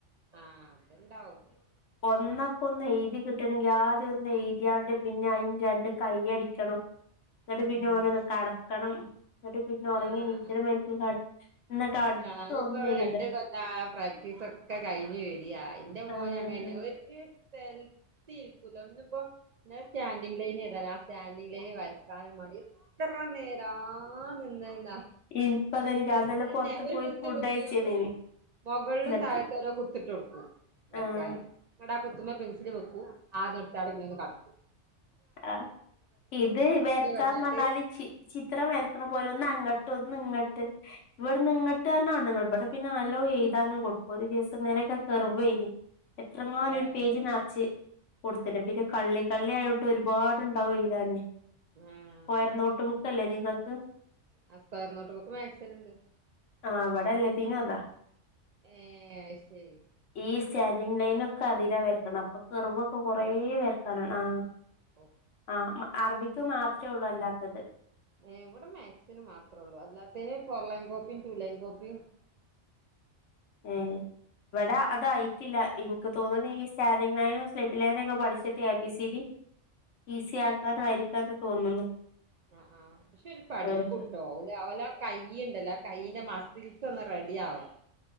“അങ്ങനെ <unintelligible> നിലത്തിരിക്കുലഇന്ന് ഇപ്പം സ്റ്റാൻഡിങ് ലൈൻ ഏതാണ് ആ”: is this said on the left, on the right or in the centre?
Right